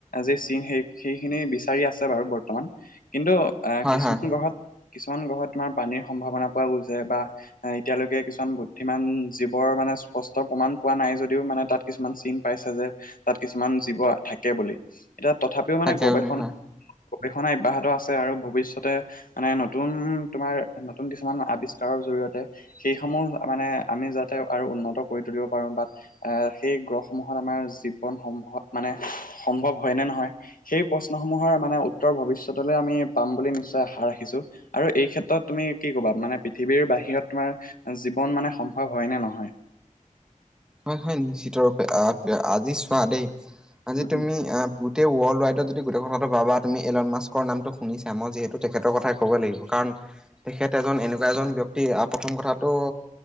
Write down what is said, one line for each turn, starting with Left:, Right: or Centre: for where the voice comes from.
Left: যি চিন সেই সেইখিনি বিচাৰি আছে বাৰু বৰ্তমান', কিন্তু আহ',
Centre: হয়
Left: কিছুমান
Centre: হয়
Left: গ্ৰহত, কিছুমান গ্ৰহত তোমাৰ পানীৰ সম্ভাৱনা পোৱা গৈছে বা', অহ', এতিয়ালৈকে কিছুমান বুদ্ধিমান জীৱৰ মানে স্পষ্ট প্ৰমাণ পোৱা নাই যদিও মানে তাত', কিছুমান চিন পাইছে যে তাত কিছুমান জীৱ থাকে বুলি। এতিয়া তথাপিও মানে
Centre: তাকে
Left: গৱেষণ
Centre: হয় হয়
Left: গৱেষণা অব্যাহত আছে আৰু ভৱিষ্যতে মানে নতুন তোমাৰ নতুন কিছুমান আৱিষ্কাৰৰ জৰিয়তে সেইসমূহ মানে আমি যাতে আৰু উন্নত কৰি তুলিব পাৰো বা', আহ', সেই গ্ৰহসমূহত আমাৰ জীৱন সম্ভৱ মানে সম্ভৱ হয় নে নহয়? সেই', প্ৰশ্নসমূহৰ মানে উত্তৰ ভৱিষ্যতলৈ আমি পাম বুলি নিশ্চয় আশা ৰাখিছোঁ', আৰু এই ক্ষেত্ৰত তুমি কি কবা মানে পৃথিৱীৰ বাহিৰত তোমাৰ জীৱন মানে সম্ভৱ হয় নে নহয়?
Centre: হয়-হয় নিশ্চিত ৰূপে আহ-আহ আজি চোৱা দেই, আজি
Left: উম
Centre: তুমি
Left: উম
Centre: আহ গোটেই ৱৰ্ল্ড ৰাইডত যদি গোটে কথাটো পাবা তুমি এলন মাস্কৰ নামটো শুনিছা মই যিহে টো তেখেতৰ কথাই ক'ব লাগিব কাৰণ তেখেত এজন এনেকুৱা এজন ব্যক্তি প্ৰথম কথাটো